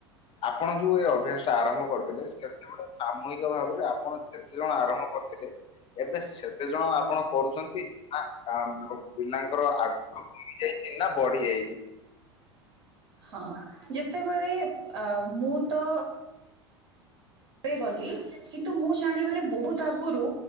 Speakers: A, on the left; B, on the right.
A: ଆପଣ ଯୋଉ ଏଇ ଅଭ୍ୟାସ ଟା ଆରମ୍ଭ କରିଥିଲେ ସେତେବେଳେ ସାମୁହିକ ଭାବରେ ଆପଣ ଯେତେ ଜଣ ଆରମ୍ଭ କରିଥିଲେ ଏବେ ସେତେ ଜଣ ଆପଣ କରୁଛନ୍ତି? ନା ପିଲାଙ୍କର ଆଗ୍ରହ କମି ଜାଇଛି ନା ବଢି ଯାଇଛି?
B: ହଁ ଯେତେବେଳେ ଅ ମୁଁ ତ ଏ ଗଲି କିନ୍ତୁ ମୁଁ ଜାଣିବାରେ ବହୁତ ଆଗରୁ